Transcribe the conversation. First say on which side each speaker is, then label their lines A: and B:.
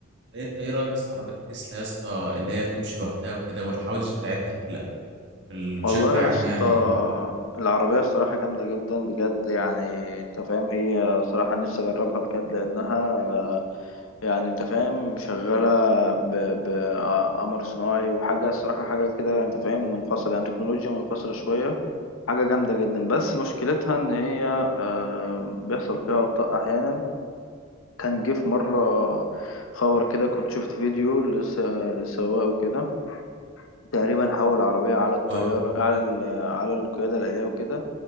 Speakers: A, on the right; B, on the left.
A: انت ايه رايك يا اسطى في عربيات تسلا يا اسطى اللي هي بتمشي لوحدها وكده والحوادث بتاعتها ال- ال- بشكل
B: والله
A: عام
B: يا اسطى
A: يعني انت
B: العربية الصراحة جامدة جدا بجد يعني انت فاهم هي صراحة نفسي اجربها بجد لانها آه، يعني انت فاهم شغالة بقمر صناعي وحاجة الصراحة حاجة كده انت فاهم منفصلة يعني تكنولوجيا منفصلة شوية حاجة جامدة جدا بس مشكلتها ان هي آه، بيحصل فيها اخطاء احيانا كان جه في مرة خبر كده كنت شفت فيديو لس- للسواق وكده تقريبا حول العربية على الطيار
A: اه
B: على ال... على القيادة الآلية وكده